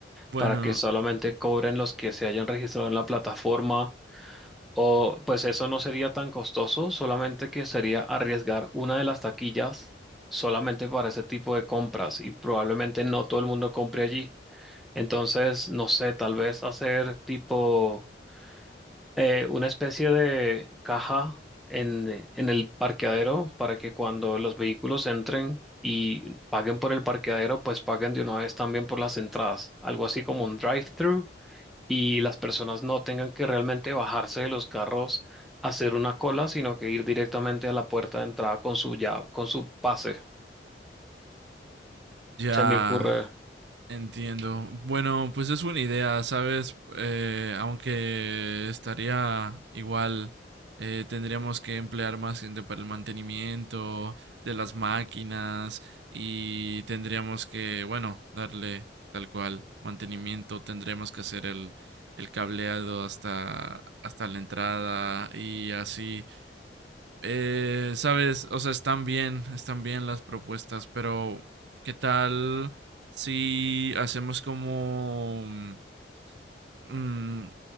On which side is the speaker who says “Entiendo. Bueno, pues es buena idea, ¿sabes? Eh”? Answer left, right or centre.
Right